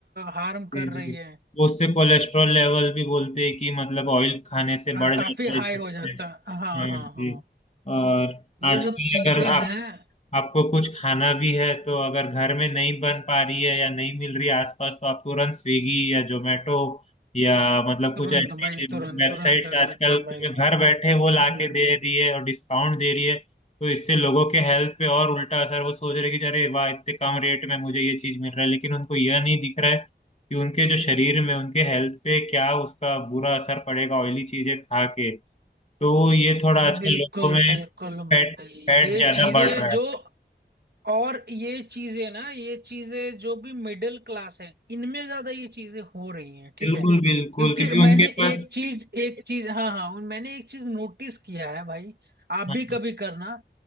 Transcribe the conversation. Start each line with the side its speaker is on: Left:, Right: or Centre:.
Right: हार्म
Left: जी
Right: कर रही
Left: जी
Right: है
Left: तो उससे कोलेस्ट्रॉल लेवल भी बोलते हैं कि मतलब ऑयल खाने से
Right: हाँ
Left: बढ़
Right: काफी
Left: जाता है
Right: हाई
Left: जिससे
Right: हो जाता है हाँ
Left: हाँ
Right: हाँ
Left: जी
Right: हाँ
Left: और
Right: ये
Left: आजकल
Right: सब चीजें
Left: अगर आप
Right: हैं
Left: आपको कुछ खाना भी है तो अगर घर में नहीं बन पा रही है या नहीं मिल रही है आसपास तो आप तुरंत स्विगी या जोमेटो या मतलब कुछ
Right: तुरंत
Left: ऐसी
Right: भाई तुरंत
Left: वेबसाइट्स
Right: तुरंत कर
Left: आजकल
Right: लेते हैं भाई
Left: तुम्हें
Right: लोग
Left: घर बैठे वो लाके
Right: हम्म,
Left: दे रही है और डिस्काउंट दे रही है तो इससे लोगों के हेल्थ पे और उल्टा असर वो सोच रहे कि अरे वाह इतने कम रेट में मुझे ये चीज मिल रहा है लेकिन उनको यह नहीं दिख रहा है कि उनके जो शरीर में उनके हेल्थ पे क्या उसका बुरा असर पड़ेगा ऑयली चीजें खा के तो ये थोड़ा आजकल
Right: बिल्कुल
Left: लोगों में
Right: बिल्कुल
Left: फैट
Right: भाई
Left: फैट
Right: ये
Left: ज्यादा
Right: चीजें
Left: बढ़ रहा है
Right: जो और ये चीजें ना ये चीजें जो भी मिडिल क्लास है इनमें ज्यादा ये चीजें हो रही हैं ठीक
Left: बिल्कुल
Right: है
Left: बिल्कुल
Right: क्योंकि
Left: क्योंकि
Right: मैंने
Left: उनके पास
Right: एक चीज एक चीज हाँ हाँ उन- मैंने एक चीज नोटिस किया है भाई आप
Left: हाँ
Right: भी कभी करना